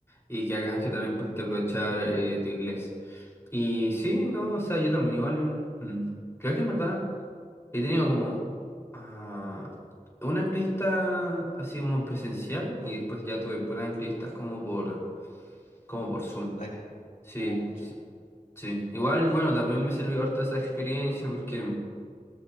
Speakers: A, on the left (about 20°); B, on the left (about 80°).
A: Y que hagan que también pudiste aprovechar eh, tu inglés. Y sí, no, o sea, yo también igual, mm, creo que en verdad... He tenido como ah, una entrevista así como presencial y después ya tuve puras entrevistas como por, como por Zoom.
B: online.
A: Sí,
B: Uh, pucha,
A: sí, sí. Igual, bueno, también me sirvió harto esa experiencia porque